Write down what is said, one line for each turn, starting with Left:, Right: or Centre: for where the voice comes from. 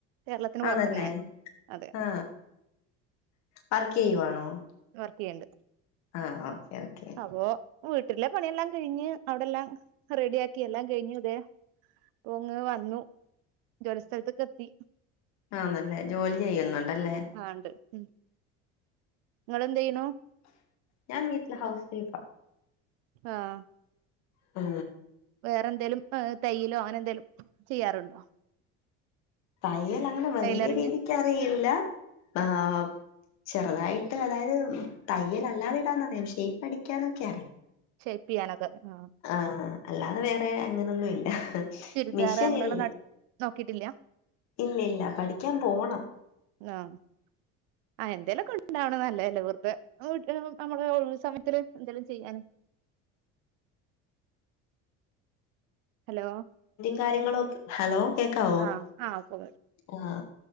Right: കേരളത്തിന്
Left: ആന്നല്ലേ
Right: പൊറത്താ ഞാൻ അതെ
Left: ആ വർക്ക് ചെയ്യുവാണോ
Right: വർക്ക് ചെയ്യണ്ട്
Left: ആ ഓക്കെ ഓക്കേ
Right: അപ്പൊ വീട്ടിലെ പണിയെല്ലാം കഴിഞ്ഞ് അവിടെല്ലാം റെഡി ആക്കി എല്ലാം കഴിഞ്ഞു തെ പ്പൊങ്ങ് വന്നു ജോലിസ്ഥലത്ത്ക്ക് എത്തി
Left: ആന്നല്ലേ ജോലി ചെയ്യുന്നുണ്ടല്ലേ
Right: അതെ ആ ണ്ട് ഉ ഇങ്ങളെന്ത് ചെയ്യനു
Left: ഞാൻ വീട്ടില് ഹൗസ് വൈഫാ
Right: ആ
Left: ആ
Right: വേറെ എന്തേലും തയ്യിലോ അങ്ങനെ എന്തേലും ചെയ്യാറുണ്ടോ
Left: തയ്യൽ അങ്ങനെ വല്യയ
Right: ടൈലറിങ്
Left: രീതിക്ക്റിയില്ല ആഹ് ചെറുതായിട്ട് അതായത് തയ്യൽ അല്ലാതെ ഇടാന്ന്റിയാം ഷൈപ്പ് അടിക്കാനൊക്കെ അറിയാം
Right: ഷൈപ്പിയാനൊക്കെ ആ
Left: ആ അല്ലാതെ വേറെ അങ്ങനൊന്നു ഇല്ല
Right: ചുരിദാർ
Left: മിഷൻ
Right: അങ്ങനെയുള്ള
Left: ഇല്ല
Right: ന നോക്കിട്ടില്ല
Left: ഇല്ല ഇല്ല പഠിക്കാൻ പോണം
Right: ആഹ് ആ എന്തേലൊക്കെ ണ്ടണ്ടാവണ നല്ലല്ലെ വെർതെ നമ്മളെ വീട്ടില് നമ്മളെ ഒഴിവ് സമയത്തില് എന്തെങ്കലും ചെയ്യാന് ഹലോ
Left: കാര്യങ്ങളൊക്കെ ഹലോ കേക്കാവോ
Right: ആ ആ പോക
Left: ആ